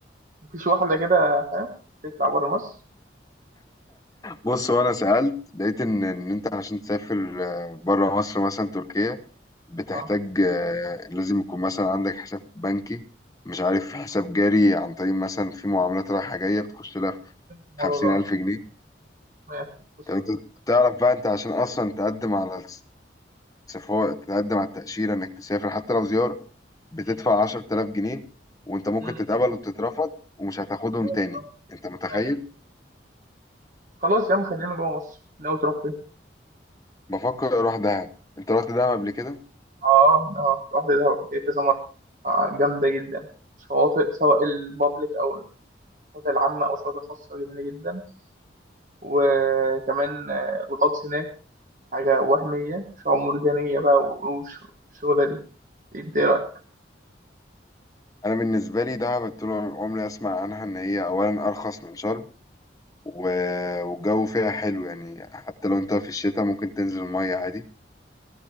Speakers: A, on the right; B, on the left.
A: مفيش واحدة كده فاهم تطلع بره مصر؟
B: بص وانا سألت لقيت ان ان انت عشان تسافر آه، بره مصر مثلا تركيا بتحتاج
A: اه
B: آه، لازم يكون مثلا عندك حساب بنكي مش عارف حساب جاري عن طريق مثلا في معاملات رايحة جاية بتخش لها في
A: الموضوع
B: خمسين
A: ده
B: ألف جنيه
A: ماشي، بص.
B: طب انت تعرف بقى انت عشان اصلا تقدم على سفارة تتقدم على التأشيرة إنك تسافر حتى لو زيارة بتدفع
A: مم.
B: 10000 جنيه وأنت ممكن
A: مم.
B: تتقبل وتترفض ومش هتاخدهم
A: ماشي،
B: تاني
A: اه،
B: أنت متخيل؟
A: ماشي. خلاص يا عم خلينا جوه مصر ناوي تروح فين؟
B: بفكر أروح دهب أنت رحت دهب قبل كده؟
A: اه اه رحت دهب قبل كده كذا مرة آه جامدة جدا شواطئ سواء البابليك أو الشواطئ العامة أو الشواطئ الخاصة جميلة جدا وكمان آه، الغطس هناك حاجة وهمية مش مرجانية بقى وش- والشغلة دي ايه رأيك؟
B: أنا بالنسبة لي دهب طول عمري أسمع عنها إن هي أولا أرخص من شرم و... والجو فيها حلو يعني حتى لو أنت في الشتاء ممكن تنزل المية عادي